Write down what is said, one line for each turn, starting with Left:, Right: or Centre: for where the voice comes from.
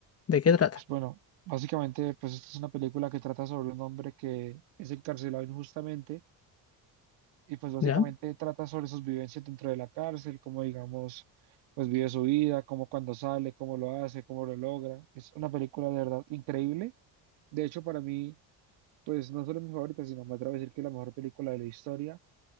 Left: ¿de qué trata?
Right: Pues bueno, básicamente pues esta es una película que trata sobre un hombre que es encarcelado injustamente y pues básicamente
Left: ¿Ya?
Right: trata sobre sus vivencias dentro de la cárcel, cómo digamos, pues vive su vida, cómo cuando sale, cómo lo hace, cómo lo logra. Es una película de verdad increíble. De hecho, para mí... Pues no solo mi favorita, sino me atrevo a decir que es la mejor película de la historia.